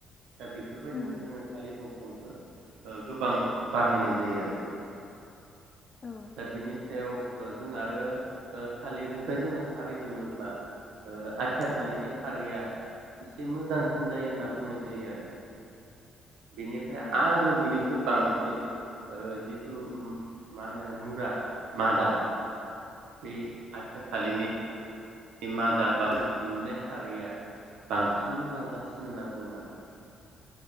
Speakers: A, on the right; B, on the left.
A: दा बेफोरबायदिनो
B: उम उम
A: जोङो थालिर बं फांखो गोबां बाहायनाय जायो आरो
B: औ
A: दा बिनि सायाव जों आरो अ थालिरनिफ्राय जोङो खारै दिहोनोब्ला ओ आदथिया थालिनि
B: औ
A: खारैया इसे मोजां सिन जायो होनना
B: औ
A: बुंनाय जायो आरो बिनि आरो
B: औ
A: बेनि बांसिन जिथु मा होनो मुरा मदा बे आथि फालिनि नि मादाबा दिहुनाय खारैआ बांसिन मोजां जासिनो होन बुङो आरो